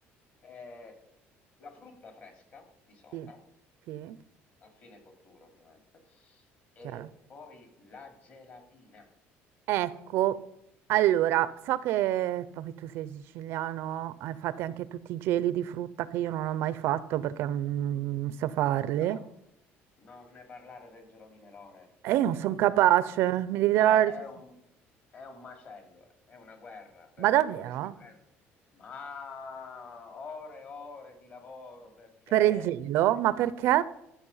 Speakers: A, on the left; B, on the right.
A: Eh, la frutta fresca di sopra,
B: Sì, sì,
A: a fine cottura ovviamente, e
B: chiaro.
A: poi la gelatina.
B: Ecco, allora, so che poi tu sei siciliano, hai fatto anche tutti i geli di frutta che io non ho mai fatto perché non non so farli.
A: No, non ne parlare del gelo di melone
B: E
A: perché
B: io non sono
A: è un
B: capace,
A: macello.
B: mi devi
A: È,
B: dare la risposta.
A: è un, è un macello, eh. è una guerra perché
B: Ma davvero?
A: dovresti prendere. Ma ore e ore di lavoro perché,
B: Per il gelo?
A: eh,
B: Ma perché?